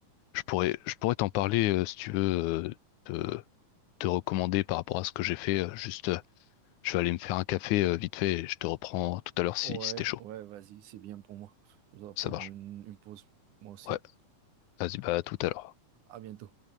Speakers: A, on the left; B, on the right.
A: je pourrais, je pourrais t'en parler euh, si tu veux, euh, te, te recommander par rapport à ce que j'ai fait. euh, juste, euh, je vais aller me faire un café euh, vite fait et je te reprends tout à l'heure si,
B: Ouais,
A: si t'es chaud.
B: ouais, vas-y, c'est bien pour moi. Je dois
A: Ça
B: prendre
A: marche.
B: une une pause, moi aussi.
A: Ouais, vas-y, bah à tout à l'heure.
B: À bientôt.